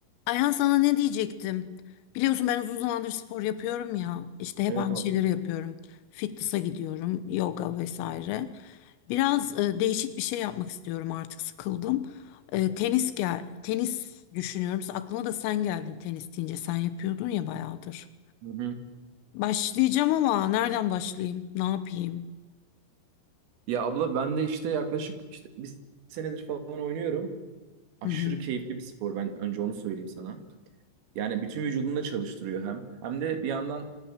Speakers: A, on the left; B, on the right.
A: Ayhan sana ne diyecektim? Biliyorsun ben uzun zamandır spor yapıyorum ya. İşte hep
B: Evet
A: aynı
B: abi.
A: şeyleri yapıyorum. Fitness'a gidiyorum, yoga vesaire. Biraz e, değişik bir şey yapmak istiyorum artık sıkıldım. E, tenis gel, tenis düşünüyorum. Aklıma da sen geldin tenis deyince. Sen yapıyordun ya bayağıdır.
B: Hı hı.
A: Başlayacağım ama nereden başlayayım? Ne yapayım?
B: Ya abla ben de işte yaklaşık işte bir senedir falan oynuyorum. Aşırı
A: Hı hı.
B: keyifli bir spor ben önce onu söyleyeyim sana. Yani bütün vücudunu da çalıştırıyor hem. Hem de bir yandan